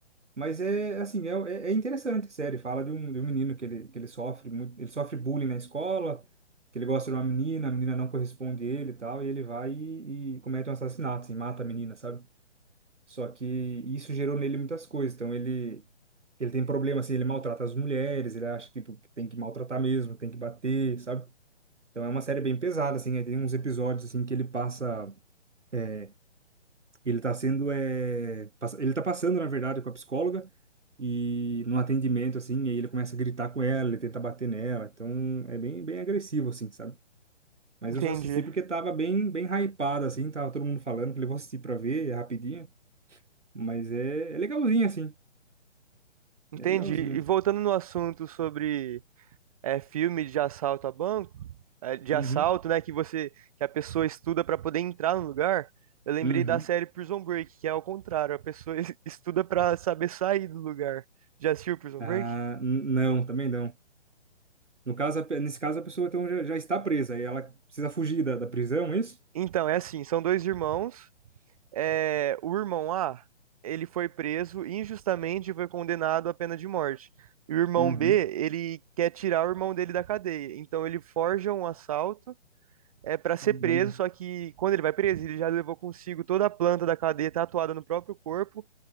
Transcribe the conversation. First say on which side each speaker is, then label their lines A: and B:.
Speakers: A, on the right; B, on the right.
A: Mas é, assim, é, é é interessante a série. Fala de um, de um menino que ele, que ele sofre muito, ele sofre bullying na escola, que ele gosta de uma menina, a menina não corresponde a ele e tal, e ele vai e, e comete um assassinato, assim, mata a menina, sabe? Só que isso gerou nele muitas coisas. Então ele ele tem problema assim, ele maltrata as mulheres, ele acha que tipo, que tem que maltratar mesmo, tem que bater, sabe? Então é uma série bem pesada assim, aí tem uns episódios assim que ele passa é, ele tá sendo é, passa- ele tá passando na verdade com a psicóloga e num atendimento assim, e aí ele começa a gritar com ela, ele tenta bater nela. Então é bem bem agressivo assim, sabe? Mas
B: Entendi.
A: eu só assisti porque tava bem bem hypado assim, tava todo mundo falando, falei, vou assistir pra ver, é rapidinho. Mas é, é legalzinho, assim.
B: Entendi.
A: É legalzinho.
B: E voltando no assunto sobre é, filme de assalto a banco, é, de
A: Uhum.
B: assalto, né, que você, que a pessoa estuda para poder entrar no lugar, eu lembrei
A: Uhum.
B: da série Prison Break, que é ao contrário, a pessoa <laughs> es- estuda para saber sair do lugar. Já assistiu Prison
A: Ah,
B: Break?
A: n- não, também não. No caso, a pe- nesse caso, a pessoa então, já, já está presa e ela precisa fugir da, da prisão, é isso?
B: Então, é assim, são dois irmãos. é, o irmão A, ele foi preso injustamente e foi condenado à pena de morte. E o irmão
A: Uhum.
B: B, ele quer tirar o irmão dele da cadeia. Então ele forja um assalto é para ser
A: Caramba.
B: preso, só que quando ele vai preso, ele já levou consigo toda a planta da cadeia tatuada no próprio corpo